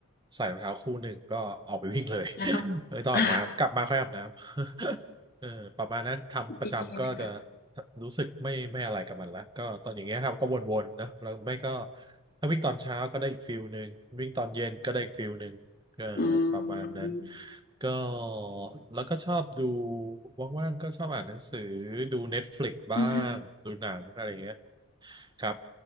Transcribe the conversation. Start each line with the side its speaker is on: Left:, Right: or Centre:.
Right: ใส่รองเท้าคู่หนึ่งก็ออกไปวิ่งเลย
Left: แล้วก็
Right: <laughs> ไม่ต้องอาบน้ำกลับมาค่อยอาบน้ำ
Left: <laughs>
Right: <laughs> เออประมาณนั้นทำประจำก็จะ
Left: ดีค่ะ
Right: รู้สึกไม่ไม่อะไรกับมันละก็ตอนอย่างเงี้ยครับก็วนๆนะแล้วไม่ก็ถ้าวิ่งตอนเช้าก็ได้อีกฟิลหนึ่งวิ่งตอนเย็นก็ได้อีกฟิลหนึ่งเออประมาณนั้น
Left: อืม
Right: ก็แล้วก็ชอบดูว่างๆก็ชอบอ่านหนังสือดู Netflix บ้างดูหนังอะไรอย่างเงี้ย
Left: อืม
Right: ครับ